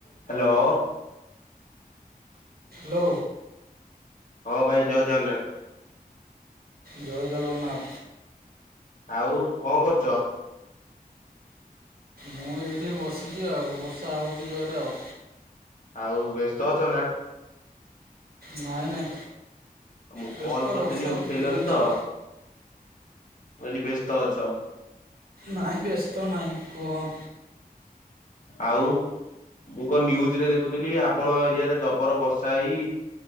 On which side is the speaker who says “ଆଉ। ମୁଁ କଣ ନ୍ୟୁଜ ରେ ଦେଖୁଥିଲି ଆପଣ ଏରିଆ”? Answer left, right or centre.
Left